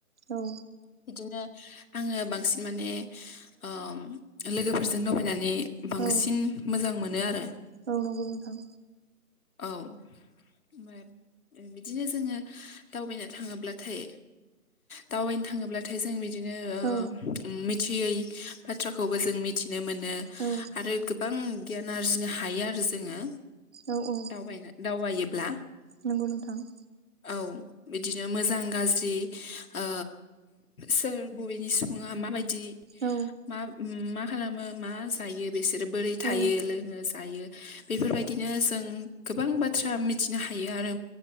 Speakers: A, on the right (about 45°); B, on the left (about 65°).
A: औ
B: बिदिनो आङो बांसिन माने ओम लोगोफोरजों दबायनानै बांसिन
A: औ
B: मोजां मोनो आरो
A: औ नंगौ नोंथां
B: औ अमफाय अ बिदिनो जोङो दावबायनो थाङोब्लाथाय दावबायनो थाङोब्लाथाय जों बि बिदिनो ओ
A: औ
B: मिथियै बाथ्राखौबो जों मिथिनो मोनो
A: औ
B: आरो गोब गोबां गियान आरजिनो हायो आरो जोङो
A: औ औ
B: दावबायना दावबायोब्ला
A: नंगौ नोंथां ।
B: औ बिदिनो मोजां गाज्रि ओ सोर बबेनि सुबुङा माबायदि बिदि
A: औ
B: मा ओम मा खालामो मा जायो बिसोरो बोरै थायो
A: औ
B: लोङो जायो बेफोरबायदिनो जों गोबां बाथ्रा मिथिनो हायो आरो